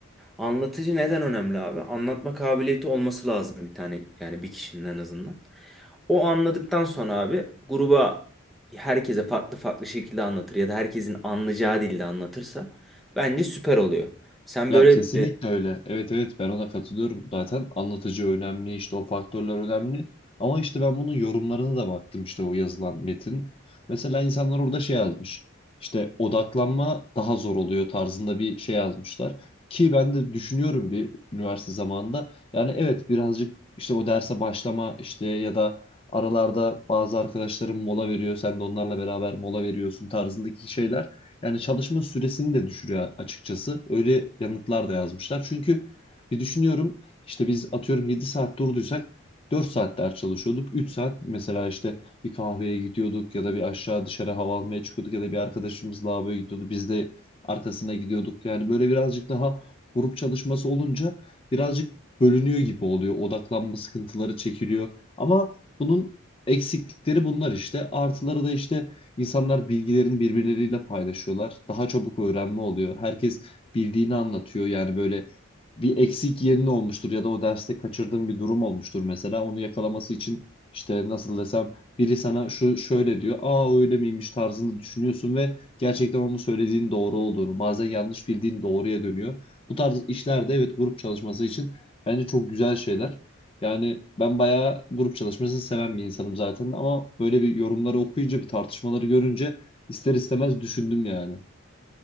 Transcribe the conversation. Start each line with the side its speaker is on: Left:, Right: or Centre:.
Centre: Anlatıcı neden önemli abi? Anlatma kabiliyeti olması lazım bir tane yani bir kişinin en azından. O anladıktan sonra abi gruba herkese farklı farklı şekilde anlatır ya da herkesin anlayacağı dilde anlatırsa bence süper oluyor. Sen
Left: Ya
Centre: böyle
Left: kesinlikle
Centre: e,
Left: öyle. Evet evet ben ona katılıyorum. Zaten anlatıcı önemli, işte o faktörler önemli. Ama işte ben bunun yorumlarına da baktım işte o yazılan metin. Mesela insanlar orada şey yazmış. İşte odaklanma daha zor oluyor tarzında bir şey yazmışlar. Ki ben de düşünüyorum bir üniversite zamanında. Yani evet birazcık işte o derse başlama işte ya da aralarda bazı arkadaşlarım mola veriyor. Sen de onlarla beraber mola veriyorsun tarzındaki şeyler yani çalışma süresini de düşürüyor açıkçası. Öyle yanıtlar da yazmışlar. Çünkü bir düşünüyorum işte biz atıyorum 7 saat durduysak 4 saat ders çalışıyorduk. 3 saat mesela işte bir kahveye gidiyorduk ya da bir aşağı dışarı hava almaya çıkıyorduk ya da bir arkadaşımız lavaboya gidiyordu. Biz de arkasına gidiyorduk. Yani böyle birazcık daha grup çalışması olunca birazcık bölünüyor gibi oluyor. Odaklanma sıkıntıları çekiliyor. Ama bunun eksiklikleri bunlar işte. Artıları da işte İnsanlar bilgilerini birbirleriyle paylaşıyorlar. Daha çabuk öğrenme oluyor. Herkes bildiğini anlatıyor. Yani böyle bir eksik yerin olmuştur ya da o derste kaçırdığın bir durum olmuştur mesela. Onu yakalaması için işte nasıl desem biri sana şu şöyle diyor. Aa öyle miymiş tarzında düşünüyorsun ve gerçekten onun söylediğin doğru olduğunu, bazen yanlış bildiğin doğruya dönüyor. Bu tarz işlerde evet grup çalışması için bence çok güzel şeyler. Yani ben bayağı grup çalışmasını seven bir insanım zaten ama böyle bir yorumları okuyunca bir tartışmaları görünce ister istemez düşündüm yani.